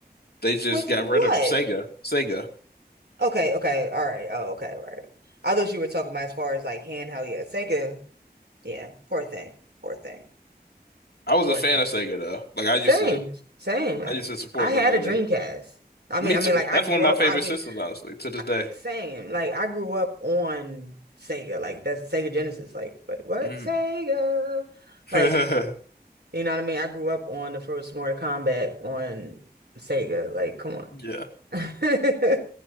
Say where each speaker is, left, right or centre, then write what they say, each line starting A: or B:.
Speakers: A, on the left; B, on the right.
A: They just
B: With
A: got
B: what?
A: rid of them. Sega. Sega.
B: Okay, okay, all right. Oh, okay, right. I thought you were talking about as far as like handheld. Yeah, Sega. Yeah, poor thing. Poor thing.
A: I was
B: Poor
A: a fan
B: things.
A: of Sega though. Like I used
B: Same,
A: to
B: same. I,
A: I used to support
B: I had
A: them really.
B: a Dreamcast. I
A: Me
B: mean, I
A: too.
B: mean, like I
A: That's
B: grew
A: one of my
B: up.
A: favorite
B: I mean,
A: systems, honestly, to this
B: I,
A: day.
B: same. Like I grew up on Sega. Like that's Sega Genesis. Like, but what
A: Mm.
B: Sega?
A: <laughs>
B: Like, you know what I mean? I grew up on the first Mortal Kombat on Sega. Like, come on.
A: Yeah.
B: <laughs>